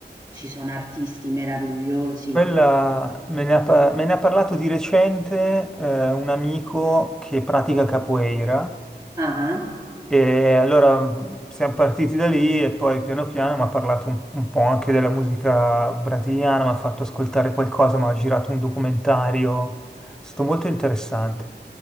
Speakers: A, on the right (about 20°); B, in the centre.
A: ci sono artisti meravigliosi.
B: Quella me ne ha, par- me ne ha parlato di recente eh, un amico che pratica capoeira
A: Ah ah.
B: e allora mh, siamo partiti da lì e poi piano piano mi ha parlato un, un po' anche della musica brasiliana, mi ha fatto ascoltare qualcosa, mi ha girato un documentario, è stato molto interessante.